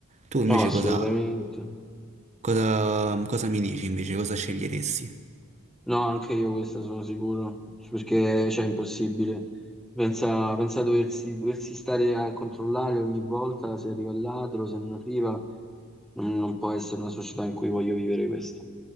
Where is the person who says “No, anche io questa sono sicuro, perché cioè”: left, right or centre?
Centre